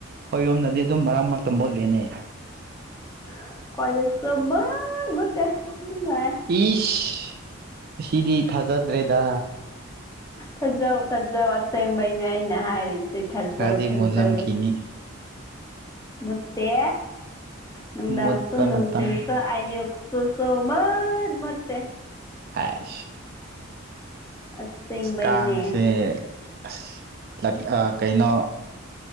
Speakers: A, on the right; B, on the left.
A: ꯍꯣꯏ ꯌꯨꯝꯅꯗꯤ ꯑꯗꯨꯝ ꯃꯔꯛ ꯃꯔꯛꯇ ꯃꯨꯠꯂꯦꯅꯦ꯫
B: <unintelligible> ꯃꯨꯠ ꯃꯨꯠꯇꯦ꯫ ꯑꯗꯨꯝ ꯂꯥꯛꯑꯦ
A: ꯏꯁ ꯑꯁꯤꯗꯤ ꯊꯥꯖꯗ꯭ꯔꯦꯗ꯫
B: ꯊꯥꯖꯧ ꯊꯥꯖꯧ ꯑꯁꯦꯡꯕꯩꯅ ꯑꯩꯅ ꯍꯥꯏꯔꯤꯁꯦ ꯊꯥꯖꯧ
A: ꯈꯔꯗꯤ
B: ꯊꯥꯖꯧ꯫
A: ꯃꯨꯜꯂꯝꯈꯤꯅꯤ
B: ꯃꯨꯠꯇꯦ ꯅꯨꯡꯗꯥꯡꯁꯨ
A: ꯃꯨꯠꯄ
B: ꯅꯨꯡꯊꯤꯟꯁꯨ
A: ꯃꯇꯝ
B: ꯑꯌꯨꯛ ꯁꯣ ꯁꯧꯃꯅ ꯃꯠꯇꯦ
A: ꯍꯥꯏ
B: ꯑꯁꯦꯡꯕꯩꯅꯦ
A: ꯀꯥꯡꯁꯦ ꯑꯁ ꯀꯩꯅꯣ